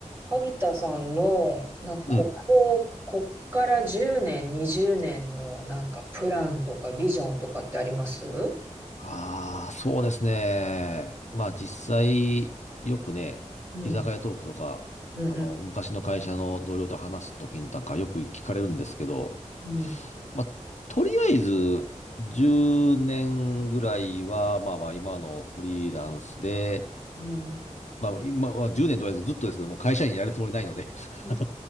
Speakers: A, on the right; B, on the left.
A: 萩田さんの、な、ここ、
B: うん。
A: こっから10年、20年のなんかプランとかビジョンとかってありますう
B: ああ、そうですね。まあ実際、よくね、
A: ん、
B: 居酒屋トークとか、
A: うん、
B: あの、昔の会社の同僚と話すときになんかよく聞かれるんですけど、
A: うん、うん、
B: まあ、とりあえず、10年ぐらいは、まあまあ今のフリーランスで、
A: うん、
B: まあ今は10年とりあえずずっとですけども、会社員やるつもりないので。<laughs>
A: うん、